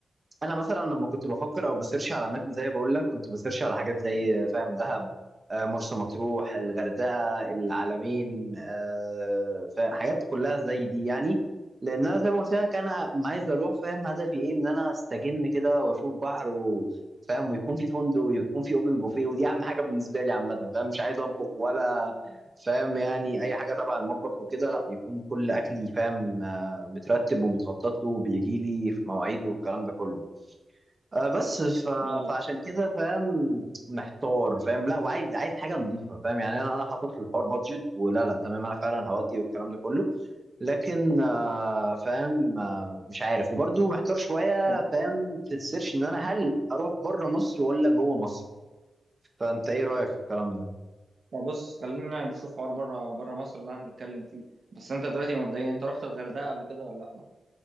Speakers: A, on the right (about 30°); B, on the right (about 55°).
A: انا مثلا لما كنت بفكر او بسيرش على اماكن زي بقول لك كنت بسيرش على حاجات زي فاهم دهب آه، مرسى مطروح الغردقه العلمين آه، فاهم حاجات كلها زي دي يعني لان انا زي ما قلت لك انا ما عايز اروح فاهم هدفي ايه ان انا استجم كده واشوف بحر وفاهم ويكون في فندق ويكون في اوبن بوفيه ودي اهم حاجه بالنسبه لي عامه فاهم مش عايز اطبخ ولا فاهم يعني اي حاجه تبع المطبخ وكده لا يكون كل اكلي فاهم آه، مترتب ومتخطط له وبيجي لي في مواعيده والكلام ده كله آه، بس ف...
B: اه
A: فعشان كده فاهم محتار فاهم لا وعايز عايز حاجه نظيفه فاهم يعني انا انا حاطط للحوار بادجت ولا لا تمام انا فعلا هودي والكلام ده كله لكن آه، فاهم آه، مش عارف وبرضو محتار شويه
B: طب
A: فاهم في السيرش ان انا هل اروح بره مصر ولا جوه مصر فانت ايه رايك في الكلام ده
B: طب بص خلينا نشوف حوار بره بره مصر ده هنتكلم فيه بس انت دلوقتي مبدئيا انت رحت الغردقه قبل كده ولا لا